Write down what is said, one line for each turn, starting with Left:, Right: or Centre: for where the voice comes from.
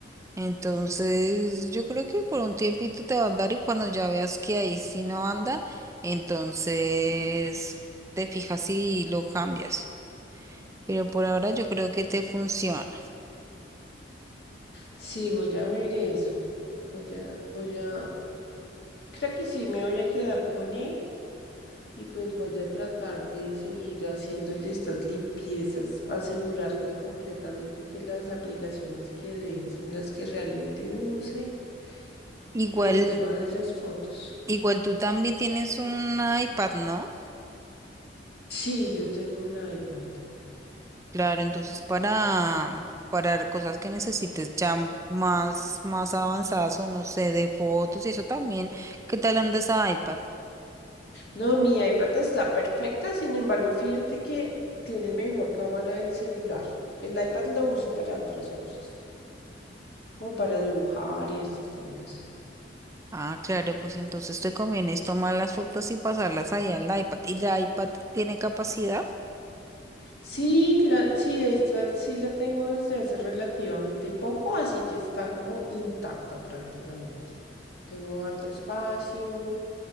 Right: Entonces, yo creo que por un tiempito te va a andar y cuando ya veas que ahí sí no anda, entonces te fijas y lo cambias. Pero por ahora yo creo que te funciona.
Left: Sí, voy a ver eso. Voy a, voy a, creo que sí me voy a quedar con él y pues voy a tratar de seguir haciéndole estas limpiezas, asegurarme completamente que las aplicaciones que deje son las que realmente use
Right: Igual,
Left: y el tema de las fotos.
Right: igual tú también tienes un iPad, ¿no?
Left: Sí, yo tengo un iPad.
Right: Claro, entonces para, para cosas que necesites ya más, más avanzadas o no sé, de fotos y eso también, ¿qué tal anda ese iPad?
Left: No, mi iPad está perfecta, sin embargo, fíjate que tiene mejor cámara el celular. El iPad lo uso para otras cosas, como para dibujar y estos temas.
Right: Ah, claro, pues entonces te conviene es tomar las fotos y pasarlas ahí al iPad. ¿Y el iPad tiene capacidad?
Left: Sí, la, sí, de hecho, el- sí la tengo desde hace relativamente poco, así que está como intacta prácticamente. Tengo harto espacio